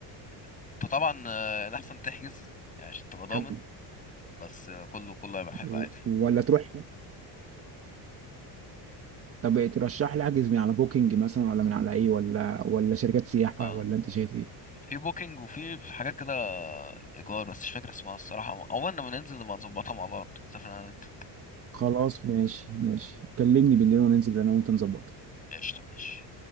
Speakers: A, on the left; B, on the right.
A: انت طبعا آه، الاحسن تحجز يعني عشان تبقى ضامن
B: حد
A: بس آه، كله كله هيبقى حلو
B: و-
A: عادي
B: ولا تروح طب ترشح لي احجز من على بوكينج مثلا ولا من على ايه ولا ولا شركات سياحة
A: اه
B: ولا انت شايف ايه
A: في بوكينج وفي في حاجات كده ايجار بس مش فاكر اسمها الصراحه اول لما ننزل نبقى نظبطها مع بعض سافر انا وانت
B: خلاص ماشي ماشي كلمني بالليل وننزل انا وانت نظبطها
A: قشطه ماشي